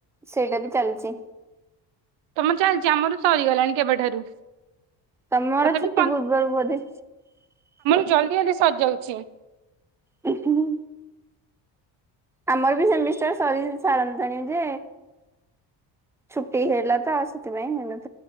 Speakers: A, in the centre; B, on the right.
A: ସେଇଟା ବି ଚାଲିଚି।
B: ତମର ଚାଲିଚି ଆମର ସରିଗଲାଣି କେବେଠାରୁ।
A: ତମର
B: ତଥାପି
A: ଛୁଟି ପୂର୍ବରୁ ବୋଧେ?
B: ଜଲଦି ଜଲଦି ସରିଯାଉଚି।
A: ହୁଁ ହୁଁ। ଆମର ବି ସେମିଷ୍ଟାର୍ ସରି ସାରନ୍ତାଣି ଯେ ଛୁଟି ହେଲା ତ ଆଉ ସେଥିପାଇଁ ହେଲାନି।